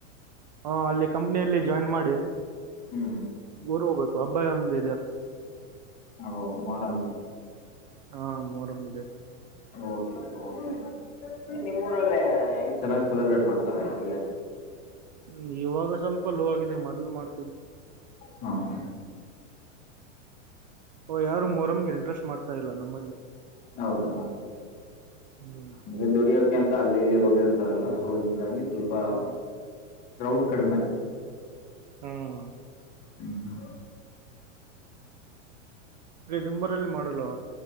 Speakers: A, on the right; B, on the left.
A: ಹಾ ಅಲ್ಲಿ ಕಂಪ್ನಿಯಲ್ಲಿ ಜಾಯಿನ್ ಮಾಡಿ
B: ಹ್ಮ್
A: ಗೋರ್ ಹೋಗ್ಬೇಕು ಅಬ್ಬಾಯ ಒಂದ
B: ಹಲೋ ಮಾಡಮ
A: ಹಾ ಮೋರಮ ಯಿದೆ
B: ಓಕೆ ಕೆ ನಿಮ್ಮ್ ಊರಲ್ಲ ಹೆಂಗ್ ಚೆನ್ನಾಗ್ ಸೆಲೆಬ್ರೇಟ್ ಮಾಡತಾರ ಹೆಂಗೆ
A: ್ಮ ಇವಾಗ ಸ್ವಲ್ಪ ಲೋ ಆಗಿದೆ ಮೊದ್ ಮಾಡ್
B: ಹಾ ಹಾ
A: ಓ ಯಾರು ಮೊರಮ್ಗೆ ಇಂಟ್ರೆಸ್ಟ್ ಮಾಡ್ತಾ ಇಲ್ಲ ನಮ್ಮಲ್ಲಿ
B: ಹೌದಾ
A: ಹ್ಮ್
B: ಅಂದ್ರೆ ದುಡಿಯೋಕೆ ಅಂತ ಅಲ್ಲಿ ಇಲ್ಲಿ ಹೋಗಿರ್ತಾರಲ್ಲ ಸೋ ಇ ಹಾಗ ಸ್ವಲ್ಪ
A: ಹ
B: ಕ್ರೌಡ್ ಕಡಿಮೆ
A: ಹ್ಮ್
B: ಹ್ಮ್ ಹ್ಮ್
A: ಅ ನಿಂಬರಲ್ಲಿ ಮಾಡಲ್ವ